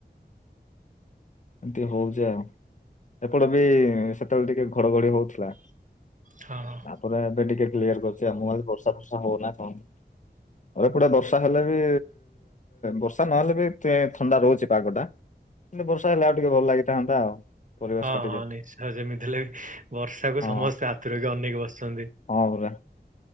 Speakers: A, on the left (about 45°); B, on the right (about 45°).
A: ଏମିତି ହଉଛି ଆଉ ଏପଟେ ବି ସେତେବେଳେ ଟିକେ ଘଡଘଡି ହଉଥିଲା।
B: ହଁଁ ହଁ।
A: ତାପରେ ଏବେ ଟିକେ କ୍ଲିୟର କରିଚି ଆମ ଆରେ ବର୍ଷା ଫର୍ଷା ହବନା କଣ ଅଉ ଏପଟେ ବର୍ଷା। ତାହେଲେ ବି ବର୍ଷା ନହେଲେ ବି ଥଣ୍ଡା ରହୁଛି ପାଗଟା ମାନେ ବ। ବର୍ଷା ହେଲେ ଆଉ ଟିକେ ଭଲ ଲାଗିଥାନ୍ତା ଆଉ। ପରିବେଶ
B: ହଁ
A: ଟା ଟିକେ
B: ହଁ ନିଶ୍ଚୟ ଯେମିତି ହେଲେ ବି ବର୍ଷାକୁ
A: ହଁ
B: ସମସ୍ତେ ଆତୁରେଇକି ଅନେଇକି ବସିଚନ୍ତି।
A: ହଁ ପରା।